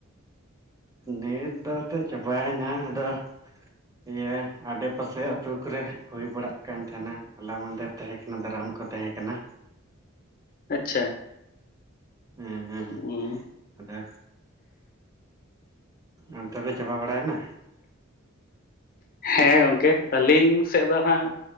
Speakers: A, on the right (about 15°); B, on the left (about 45°).
A: ᱰᱮᱴ ᱫᱚᱛᱚ ᱪᱟᱵᱟᱭᱮᱱᱟ ᱟᱫᱚ ᱤᱭᱟᱹ ᱟᱰᱮᱯᱟᱥᱮ ᱟ ᱟᱹᱛᱩᱳ ᱠᱚᱨᱮ ᱦᱩᱭ ᱵᱟᱲᱟᱜ ᱠᱟᱱ ᱛᱟᱦᱮᱱᱟ ᱦᱚᱞᱟ ᱢᱟᱫᱮᱨ ᱛᱟᱦᱮᱸ ᱠᱟᱱᱟ ᱫᱟᱨᱟᱢ ᱠᱚ ᱛᱟᱦᱮᱸ ᱠᱟᱱᱟ
B: ᱟᱪᱪᱷᱟ
A: ᱦᱮᱸ ᱦᱮᱸ
B: ᱩᱸ,
A: ᱦᱮᱸ ᱟᱫᱚ ᱚᱱᱛᱮ ᱫᱚ ᱪᱟᱵᱟ ᱵᱟᱲᱟᱭᱮᱱᱟ
B: ᱦᱮᱸ ᱜᱚᱝᱠᱮ ᱟᱹᱞᱤᱧ ᱥᱮᱫ ᱫᱚ ᱦᱟᱸᱜ